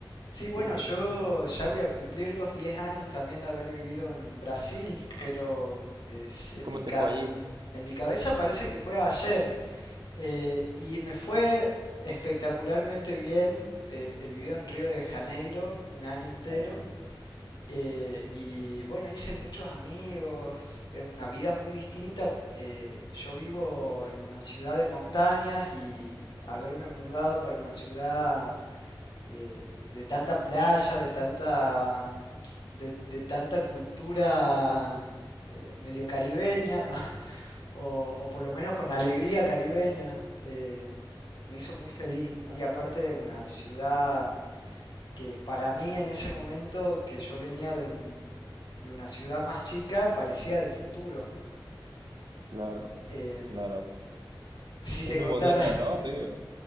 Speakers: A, on the left; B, on the right.
A: Sí, bueno,
B: Sí, no.
A: yo ya voy a cumplir los 10 años también de haber vivido en Brasil, pero es-
B: ¿Y
A: en
B: cómo
A: mi ca-
B: te fue allí?
A: en mi cabeza parece que fue ayer. Eh, y me fue espectacularmente bien. Eh, eh, viví en Río de Janeiro un año entero.
B: Ah,
A: eh, y bueno, hice muchos amigos. Es una vida muy distinta. Eh, yo vivo en una ciudad de montañas y haberme mudado para una ciudad eh, de tanta playa, de tanta, de, de tanta cultura eh, medio caribeña. <laughs> o, o por lo menos con alegría caribeña, eh, me hizo muy feliz, ¿no? Y aparte una ciudad que para mí en ese momento, que yo venía de, un, de una ciudad más chica, parecía del futuro.
B: claro,
A: Eh,
B: claro.
A: si
B: Es
A: te
B: muy
A: contara,
B: moderna, ¿no, Río?